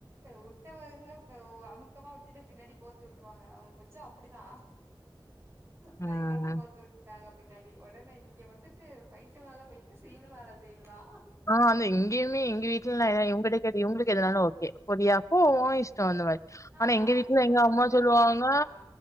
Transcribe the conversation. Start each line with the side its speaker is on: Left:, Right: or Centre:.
Right: வுட்டவளுக அமுக்கமா விட்டுட்டு பின்னாடி கோத்து விட்டுருவாங்க அவங்க புச்சு அப்டி நா பயங்கரமா
Left: ம்.
Right: கோத்து விட்டுட்டாங்க பின்னாடி ஒடனே இங்க வந்துட்டு ஃபைட்டு மேல ஃபைட்டு சீனு மேல சீனு தா
Left: ஆ வந்து எங்கயமே எங்க வீட்டுலேல எவ் விட கேட்ட இவுங்களுக்கு எதனாலு ஓகே போரியா போ உ இஷ்டோ அந்த மாரி ஆனா
Right: அதா
Left: எங்க வீட்டுல
Right: இவங்க
Left: எங்க அம்மா
Right: விட்டாலு
Left: சொல்லுவாங்க
Right: ஆ